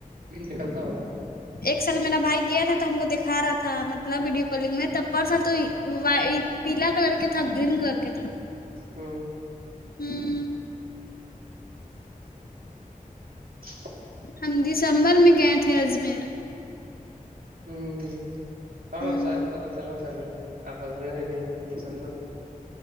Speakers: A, on the right (about 75°); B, on the left (about 85°).
A: ہوں نکلتا ہوگا
B: ایک سال میرا بھائی گیا تھا تو ہم کو دکھا رہا تھا مطلب ویڈیو کونگ میں تر تھا تو وائی پیلا کلر کے تھا گرین کلر کے تھا
A: ہوں
B: ہوں
A: <inaudible>
B: ہم ڈسمبر میں گئے تھے اجمیر
A: ہوں ہاں
B: ہ
A: شاید پتہ چلا تھا کہ آپ اجمیر گئ ہیں ڈسمبر میں